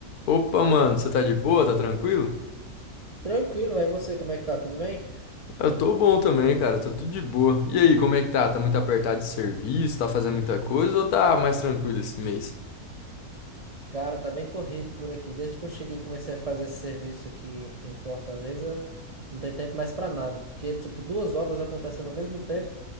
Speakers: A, on the left; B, on the right.
A: Opa, mano, você tá de boa? Tá tranquilo?
B: Tranquilo, vai você, como é que tá? Tudo bem?
A: Eu tô bom também, cara, tô tudo de boa. E aí, como é que tá? Tá muito apertado de serviço? Tá fazendo muita coisa ou tá mais tranquilo esse mês?
B: Cara, tá bem corrido por aqui. Desde que eu cheguei e comecei a fazer esse serviço aqui em Fortaleza, não tem tempo mais pra nada, porque tipo duas obras acontecendo ao mesmo tempo,